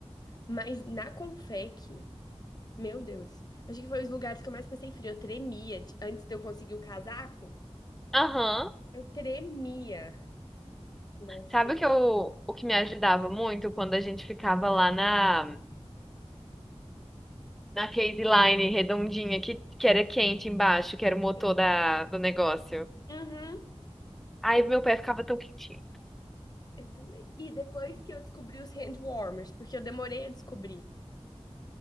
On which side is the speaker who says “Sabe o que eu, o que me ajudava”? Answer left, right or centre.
Centre